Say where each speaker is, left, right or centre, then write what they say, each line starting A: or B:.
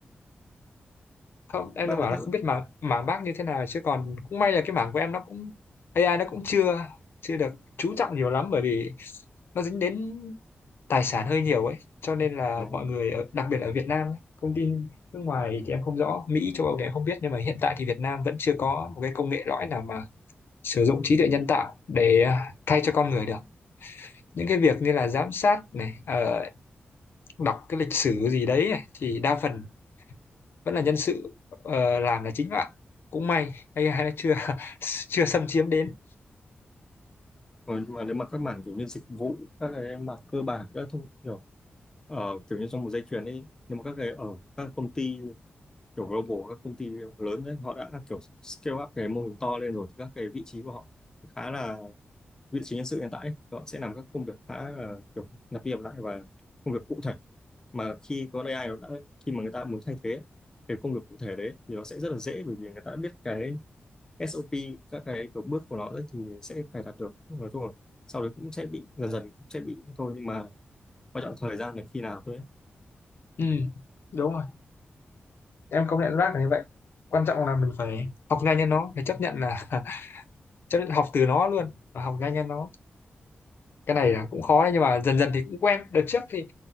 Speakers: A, on the left; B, on the left.
A: không em
B: mang
A: đang bảo
B: lại
A: là
B: tiếp
A: không biết mảng mảng bác như thế nào chứ còn cũng may là cái mảng của em nó cũng AI nó cũng chưa chưa được chú trọng nhiều lắm bởi vì nó dính đến tài sản hơi nhiều ấy cho nên là
B: đúng không?
A: mọi người ở, đặc biệt là ở Việt Nam ấy, công ty nước ngoài thì em không rõ Mỹ châu Âu thì em không biết nhưng mà hiện tại thì Việt Nam vẫn chưa có một cái công nghệ lõi nào mà sử dụng trí tuệ nhân tạo để à, thay cho con người được những cái việc như là giám sát này ờ, đọc cái lịch sử gì đấy này, thì đa phần vẫn là nhân sự ờ, làm là chính bạn cũng may AI nó chưa <laughs> chưa xâm chiếm đến
B: nhưng mà nếu mà các mảng kiểu như dịch vụ các cái mảng cơ bản các thông kiểu ở kiểu như trong một dây chuyền ấy nhưng mà các cái ở các công ty kiểu global các công ty lớn đấy họ đã kiểu scale up cái mô hình to lên rồi thì các cái vị trí của họ khá là vị trí nhân sự hiện tại ấy, họ sẽ làm các công việc khá là kiểu lặp đi lặp lại và công việc cụ thể mà khi có AI nó đã khi mà người ta muốn thay thế cái công việc cụ thể đấy thì nó sẽ rất là dễ bởi vì người ta đã biết cái SOP các cái kiểu bước của nó ấy thì sẽ cài đặt được nói chung là sau đấy cũng sẽ bị dần dần cũng sẽ bị thôi nhưng mà quan trọng thời gian là khi nào thôi ấy.
A: ừ, đúng rồi em công nhận bác là như vậy quan trọng là mình phải học nhanh như nó phải chấp nhận là <laughs> chấp nhận học từ nó luôn và học nhanh như nó cái này là cũng khó đấy, nhưng mà dần dần thì cũng quen đợt trước thì